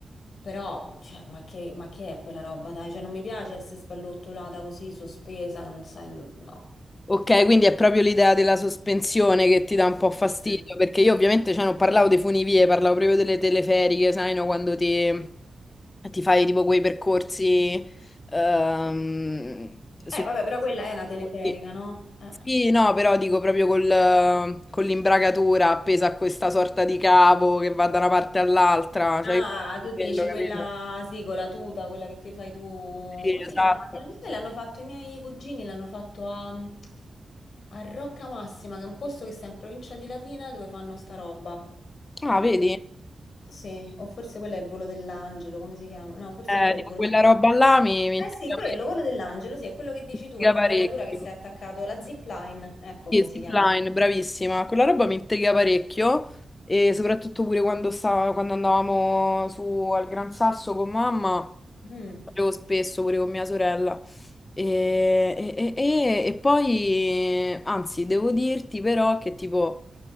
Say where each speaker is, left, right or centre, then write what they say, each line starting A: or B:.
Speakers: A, on the left; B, on the left.
A: però, cioè, ma che, ma che è quella roba, dai? Cioè, non mi piace essere sballottolata così, sospesa, non sai... No.
B: Ok, quindi è proprio l'idea della sospensione che ti dà un po' fastidio,
A: Mm.
B: perché io ovviamente cioè, non parlavo dei funivie, parlavo proprio delle teleferiche, sai, no? Quando ti, ti fai tipo quei percorsi ehm, su...
A: Eh, vabbè, però quella è una teleferica,
B: Sì.
A: no? Eh.
B: Sì, no, però dico proprio col- con l'imbragatura appesa a questa sorta di cavo che va da una parte all'altra, cioè
A: Ah,
B: io
A: tu dici
B: quello,
A: quella,
B: capito?
A: sì, con la tuta, quella che ti fai tu,
B: Sì,
A: come
B: esatto.
A: si chiama? Eh, Lo sai, l'hanno fatto i miei cugini, l'hanno fatto a, a Rocca Massima, che è un posto che sta in provincia di Latina dove fanno sta roba.
B: Ah, vedi?
A: O- sì, o forse quello è il volo dell'angelo, come si chiama? No, forse
B: Eh,
A: quello è
B: tipo
A: il volo
B: quella
A: dell'angelo.
B: roba là mi, mi
A: Eh
B: intriga
A: sì, quello,
B: pare-
A: volo dell'angelo, sì, è quello che dici
B: mi intriga
A: tu, con l'imbragatura
B: parecchio.
A: che sei attaccato, la zipline, ecco
B: Sì,
A: come si
B: Zipline,
A: chiama.
B: bravissima. Quella roba mi intriga parecchio e soprattutto pure quando, sta- quando andavamo su al Gran Sasso con mamma,
A: Mm,
B: facevo spesso pure con mia sorella. E, e- e- e poi, anzi, devo dirti però che tipo